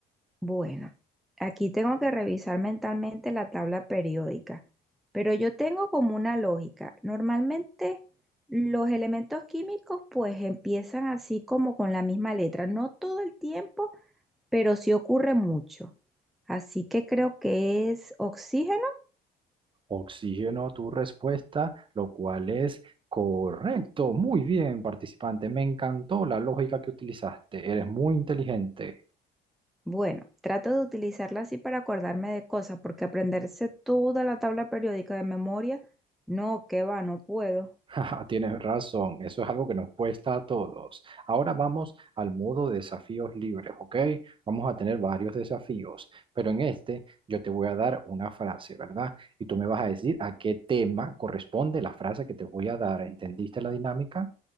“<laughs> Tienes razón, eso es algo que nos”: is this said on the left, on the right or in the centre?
Right